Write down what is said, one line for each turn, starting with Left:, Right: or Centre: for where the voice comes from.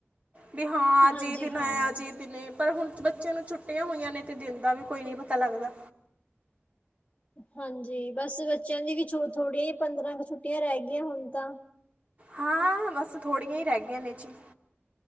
Right: ਵੀ ਹਾਂ ਅੱਜ
Left: ਹਾਂਜੀ
Right: ਇਹ ਦਿਨ
Left: ਹਾਂ
Right: ਆ ਅੱਜ ਇਹ ਦਿਨ ਪਰ ਹੁਣ ਬੱਚਿਆਂ ਨੂੰ ਛੁੱਟੀਆਂ ਹੋਈਆਂ ਨੇ ਤੇ ਦਿਨ ਦਾ ਵੀ ਕੋਈ ਨੀ ਪਤਾ ਲੱਗਦਾ
Left: ਹਾਂਜੀ ਬਸ ਬੱਚਿਆਂ ਦੀ ਵੀ ਥੋੜੀਆਂ ਪੰਦਰਾਂ ਕੁ ਛੁੱਟੀਆਂ ਰਹਿ ਗਈਆਂ ਹੁਣ ਤਾਂ
Right: ਹਾਂ ਬੱਸ ਥੋੜੀਆਂ ਹੀ ਰਹਿ ਗਈਆਂ ਨੇ ਜੀ